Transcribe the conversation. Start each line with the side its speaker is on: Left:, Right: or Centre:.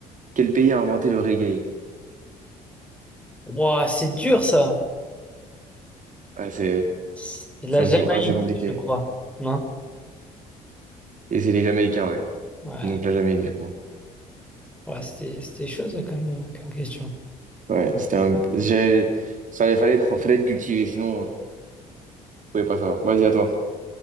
Right: quel pays a inventé le reggae?
Centre: Ouah, c'est dur ça.
Right: Ouais, c'est,
Centre: C'est de la
Right: ça
Centre: Jamaïque,
Right: me semble assez compliqué.
Centre: je crois. Non?
Right: Et c'est les Jamaïcains, ouais.
Centre: Ouais.
Right: Donc la Jamaïque, du coup.
Centre: Ouais, c'était, c'était chaud, ça, comme, euh, comme question.
Right: Ouais, c'était un... J'ai... Fallait, fallait être, fallait être cultivé, sinon, euh, vous pouvez pas savoir. Vas-y, à toi.